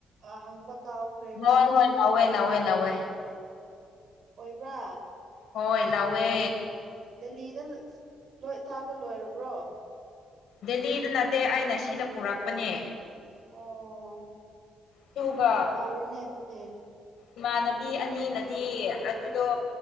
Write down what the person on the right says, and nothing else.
ꯑ ꯍꯪꯕ ꯀꯥꯎꯈ꯭ꯔꯦꯕ
ꯑꯣꯏꯣꯏꯕꯥ
ꯂꯤꯂꯤꯗ ꯆꯥꯕ ꯂꯣꯏꯔꯕ꯭ꯔꯣ
ꯑꯣ
ꯐꯔꯦꯅꯦ ꯇꯨꯗꯦ